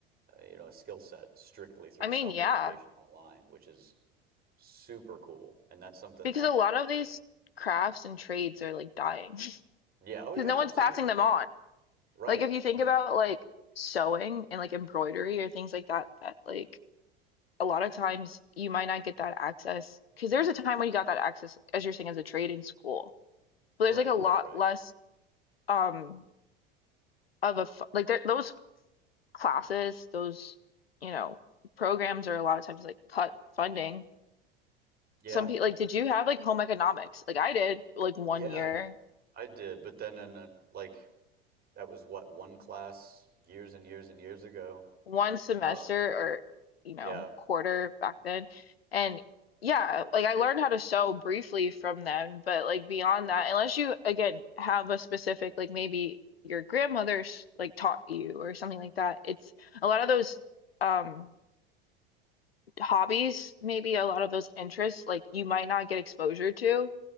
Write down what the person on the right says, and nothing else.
uh, you know a skill set strictly through
self-education
online which is super cool and that's something
that
yeah oh
yeah
absolutely
right
and
right
right right
Yeah,
yeah,
I I did, but then in a, like that was what one class years and years and years ago.
Um,
yeah,